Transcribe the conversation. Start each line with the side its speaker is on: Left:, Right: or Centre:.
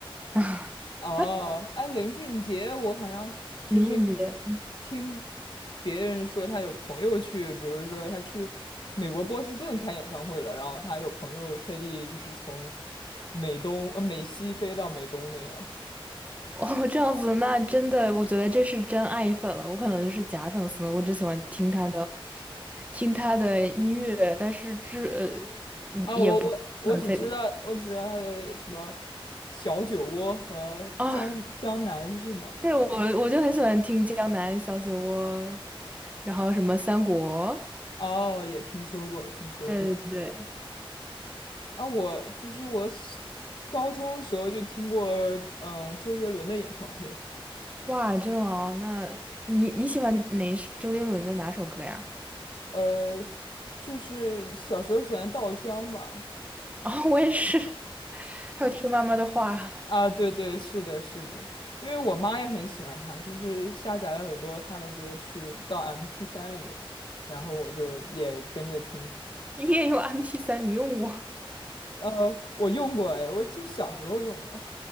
Right: <laughs>
Left: 哦，哎，林俊杰，我好像就是
Right: 林俊杰，
Left: 听别人说他有朋友去，比如说他去美国波士顿开演唱会了，然后他有朋友特地就是从美东呃美西飞到美东那样。
Right: 哦，这样子，那真的，我觉得这是真爱粉了，我可能就是假粉丝，我只喜欢听他的，听他的音乐，但是这，呃，嗯也不。
Left: 啊，我我我只知道我只知道他的什么
Right: 很非
Left: 小酒窝和江江南是吗？
Right: 啊，对，我我就很喜欢听《江南小酒窝》，然后什么《三国》。
Left: 哦，也听说过，听说过。
Right: 对对对，
Left: 啊，我就是我小高中的时候就听过，嗯、周杰伦的演唱会。
Right: 哇，真的吗？那你你喜欢哪一首周杰伦的哪首歌呀？
Left: 呃，就是小时候喜欢稻香吧。
Right: 哦，我也是，<laughs> 还有听妈妈的话。
Left: 啊，对对，是的，是的，因为我妈也很喜欢他，就是下载了很多他的歌曲到 m p 三里面，然后我就也跟着听。
Right: 你也用 m p 三？你用过，
Left: 呃，我用过哎，我就小时候用的